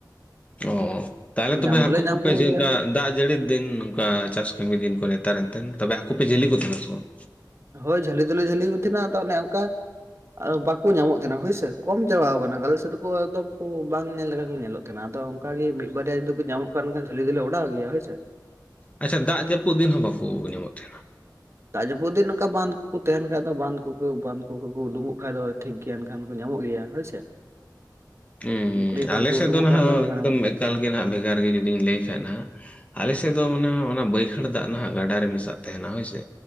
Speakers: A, on the left; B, on the right.
A: ᱚ ᱛᱟᱦᱞᱮ ᱛᱚᱵᱮ
B: ᱧᱟᱢ ᱫᱚᱞᱮ
A: ᱦᱟᱹᱠᱩ
B: ᱧᱟᱢ
A: ᱠᱚᱯᱮ
B: ᱠᱚᱜᱮᱭᱟ
A: ᱡᱷᱟᱹ ᱵᱟ ᱫᱟᱜ ᱡᱟᱹᱲᱤᱫ ᱫᱤᱱ ᱱᱚᱝᱠᱟ ᱪᱟᱥ ᱠᱟᱹᱢᱤ ᱫᱤᱱ ᱠᱚ ᱱᱮᱛᱟᱨ ᱮᱱᱛᱮᱫ ᱛᱚᱵᱮ ᱦᱟᱹᱠᱩ ᱯᱮ ᱡᱷᱟᱹᱞᱤ ᱠᱚ ᱛᱟᱦᱮᱱᱟ ᱥᱮ ᱵᱟᱝ?
B: ᱦᱳᱭ ᱡᱷᱟᱹᱞᱤ ᱫᱚᱞᱮ ᱡᱷᱟᱹᱞᱤ ᱠᱚ ᱛᱮᱦᱮᱱᱟ ᱟᱫᱚ ᱚᱱᱮ ᱚᱝᱠᱟ ᱟ ᱵᱟᱠᱳ ᱧᱟᱢᱚᱜ ᱛᱮᱦᱮᱱᱟ ᱦᱳᱭᱥᱮ ᱠᱚᱢ ᱪᱟᱵᱟᱟᱣ ᱠᱟᱱᱟᱠᱳ ᱟᱞᱮᱥᱮᱫ ᱫᱚᱠᱚ ᱮᱠᱫᱚᱢ ᱠᱚ ᱵᱟᱝ ᱧᱮᱞ ᱞᱮᱠᱟ ᱠᱚ ᱧᱮᱞᱚᱜ ᱠᱟᱱᱟ ᱟᱫᱚ ᱚᱝᱠᱟ ᱜᱮ ᱢᱤᱫ ᱵᱟᱨᱭᱟ ᱡᱩᱫᱤ ᱠᱚ ᱧᱟᱢᱚᱜ ᱠᱟᱱ ᱠᱷᱟᱱ ᱡᱷᱟᱹᱞᱤ ᱫᱚᱞᱮ ᱚᱰᱟᱣ ᱜᱮᱭᱟ ᱦᱳᱭ ᱥᱮ᱾
A: ᱟᱪᱪᱷᱟ ᱫᱟᱜ ᱡᱟᱹᱯᱩᱫ ᱫᱤᱱ ᱦᱚᱸ ᱵᱟᱠᱩ ᱧᱟᱢᱚᱜ ᱛᱮᱦᱮᱱᱟ
B: ᱫᱟᱜ ᱡᱟᱹᱯᱩᱫ ᱫᱤᱱ ᱚᱝᱠᱟ ᱵᱟᱸᱫ ᱠᱚ ᱠᱩ ᱛᱮᱦᱮᱱ ᱠᱷᱟᱡ ᱫᱚ ᱵᱟᱸᱫ ᱠᱚ ᱠᱩ ᱵᱟᱸᱫ ᱠᱚ ᱠᱩ ᱠᱩ ᱩᱰᱩᱠᱚᱜ ᱠᱷᱟᱡ ᱫᱚ ᱴᱷᱤᱠ ᱜᱮᱭᱟ ᱮᱱᱠᱷᱟᱱ ᱠᱚ ᱧᱟᱢᱚᱜ ᱜᱮᱭᱟ ᱦᱳᱭᱥᱮ᱾
A: ᱩᱸ
B: ᱯᱩᱠᱷᱨᱤ ᱠᱷᱚᱱ
A: ᱟᱞᱮᱥᱮᱫ
B: ᱠᱚ ᱩᱰᱩᱠᱚᱜ
A: ᱫᱚ ᱱᱟᱦᱟᱜ
B: ᱠᱟᱱ ᱠᱷᱟᱱ
A: ᱮᱠᱫᱚᱢ ᱮᱠᱟᱞ ᱜᱮ ᱱᱦᱟᱜ ᱵᱷᱮᱜᱟᱨ ᱜᱮ ᱡᱩᱫᱤᱧ ᱞᱟᱹᱭ ᱠᱷᱟᱱ ᱱᱦᱟᱜ᱾ ᱟᱞᱮᱥᱮᱫ ᱫᱚ ᱚᱱᱟ ᱚᱱᱟ ᱵᱟᱹᱭᱦᱟᱹᱲ ᱫᱟᱜ ᱱᱟᱦᱟᱜ ᱜᱟᱰᱟ ᱨᱮ ᱢᱮᱥᱟᱜ ᱛᱟᱦᱮᱱᱟ ᱦᱳᱭᱥᱮ,